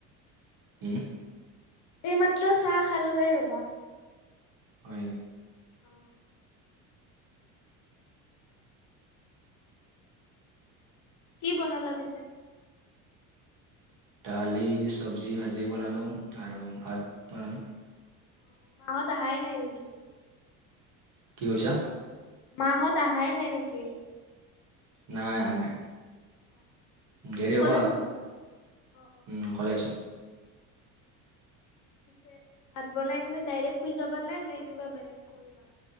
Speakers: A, on the right; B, on the left.
A: উমহ।
B: এই মাত্ৰ চাহ খালোহে ৰবা।
A: হয় নেকি?
B: অ। কি বনালা পিছে?
A: দালি, চব্জি ভাজি বনালোঁ আৰু ভাত বনালোঁ।
B: অ মাহত আহাই নাই নেকি?
A: কি কৈছা?
B: মাহঁত আহাই নাই নিকি?
A: নাই আহাঁ নাই।
B: অ।
A: দেৰি
B: অকলে
A: হ'ব আৰ
B: থাকিবা অ অ
A: উম অকলে আছ।
B: ছে ভাত বনাই পিনি ডাইৰেক শুই যাবা নে নে কিবা বেলেগ কৰিবা?